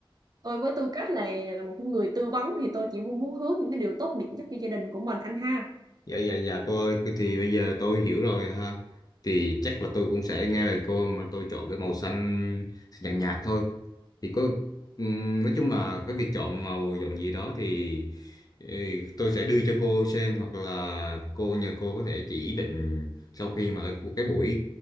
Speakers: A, on the right (about 45°); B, on the left (about 45°).
A: tôi với tư cách là một người tư vấn thì tôi chỉ muốn muốn hướng những cái điều tốt đẹp nhất cho gia đình của mình anh ha
B: dạ dạ dạ cô ơi cái thì bây giờ tôi hiểu rồi ha thì chắc là tôi cũng sẽ nghe lời cô mà tôi chọn cái màu xanh nhạt nhạt thôi thì có ừm, nói chung là cái việc chọn màu chọn gì đó thì ừ, tôi sẽ đưa cho cô xem hoặc là cô nhờ cô có thể chỉ định sau khi mà cái, cái buổi